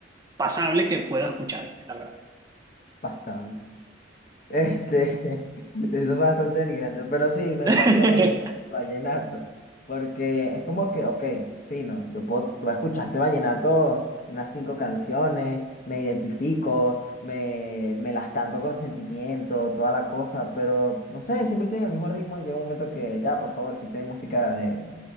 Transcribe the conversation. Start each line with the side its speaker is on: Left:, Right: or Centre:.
Right: pasable que puedo escuchar, la verdad.
Left: Pasable. Este, <laughs> es bastante denigrante, pero sí, me
Right: <laughs>
Left: pasa lo mismo con el vallenato, porque es como que, ok, fino, yo puedo, voy a escucharte vallenato unas cinco canciones, me identifico, me, me las canto con sentimiento, toda la cosa, pero no sé, siempre tiene el mismo ritmo y llega un momento que ya, por favor, quité música de,